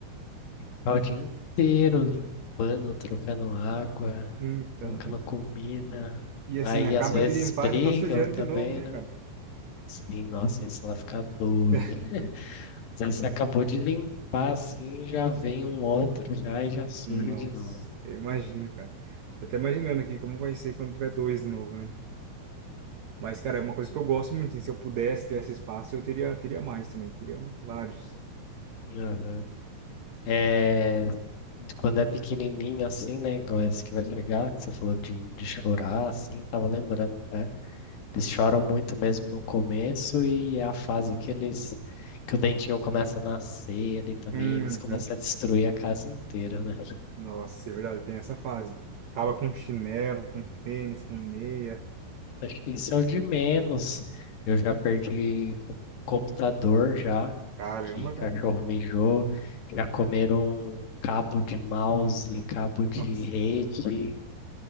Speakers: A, on the left; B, on the right.
A: Ficar o dia inteiro limpando, trocando água,
B: Então,
A: colocando
B: e,
A: comida.
B: e assim,
A: Aí
B: acaba
A: às vezes
B: de limpar,
A: brigam
B: já tá sujando
A: também,
B: de novo, né,
A: né?
B: cara?
A: Sim, nossa, isso ela fica doida.
B: <laughs>
A: <laughs> Mas aí você acabou de limpar assim, já vem um outro já e já surge
B: Nossa,
A: de novo.
B: eu imagino, cara. Tô até imaginando aqui como vai ser quando tiver dois de novo, né? Mas, cara, é uma coisa que eu gosto muito. hein? Se eu pudesse ter esse espaço, eu teria, teria mais também. Teria vários.
A: Aham. É, quando é pequenininho assim, né? Igual esse que vai chegar, que você falou de, de chorar assim, tava lembrando até. Eles choram muito mesmo no começo e é a fase que eles que o dentinho começa a nascer ali também,
B: Uhum.
A: eles começam a destruir a casa inteira, né?
B: Nossa, é verdade, tem essa fase. Acaba com chinelo, com tênis, com meia.
A: Acho que Isso é o de menos. Eu já perdi co- computador já,
B: Caramba,
A: que cachorro
B: cara.
A: mijou, já comeram cabo de mouse, cabo de
B: Nossa.
A: rede.